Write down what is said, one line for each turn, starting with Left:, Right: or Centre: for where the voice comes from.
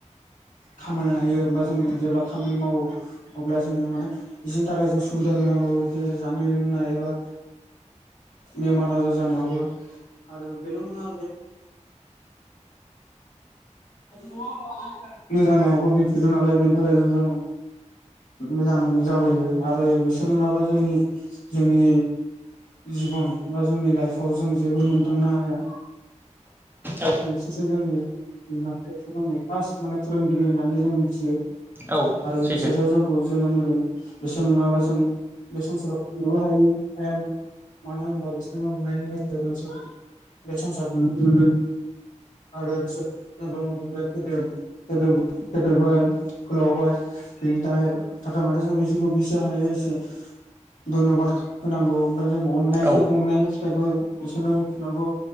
Left: खामायनो हायो बा जों जेब्ला खामानि मावो अब्ला जोङो माने बिसिनि थाखाय जों सुबिदा होनांगौ जे जानाय लोंनाय एबा बेमार आजार जानायावबो आरो बेल' नोङा <unintelligible> मोजां लामाखौ दिन्थिदों नालाय बेनि थाखायथ' जों मोजां जाबोयो आरो बिसोर नङाबा जोंनि जोंनि जिबन बा जोंनि लाइफआव जों जेबो मोनदांनो हाया।
Right: औ
Left: बेसोरसो जोंनि बिमा बिफायासो‌ जोंनि फार्स्ट माने फोरोंगिरि होननानै जों मिथियो।
Right: औ
Left: आरो
Right: सैथो
Left: इसोर जोंखौ जोनोम होदो। बिसोर नङाबा जों बे संसाराव <unintelligible> बो हायो हायामोन। मानो होनबा बिसोरनि अननायनि गेजेर बे संसारखौ नुनो मोनदों। आरो बिसोर जोंखौ उन्दैफ्रायनो फेदेर फेदेरबाय फोलावबाय। बेनि थाखाय थाखाय जों बिसोरखौ बेसे हायो एसे। धयन'बाद होनांगौ ओमफ्राय जों अनायजों
Right: औ
Left: अननायनि फिथाइखौ बेसोरनो होफिननांगौ